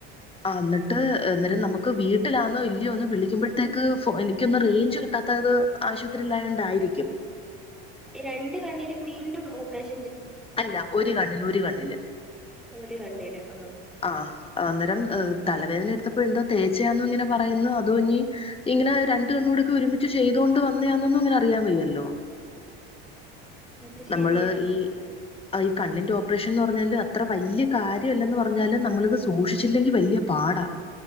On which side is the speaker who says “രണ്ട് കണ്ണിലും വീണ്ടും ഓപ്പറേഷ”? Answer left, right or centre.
Centre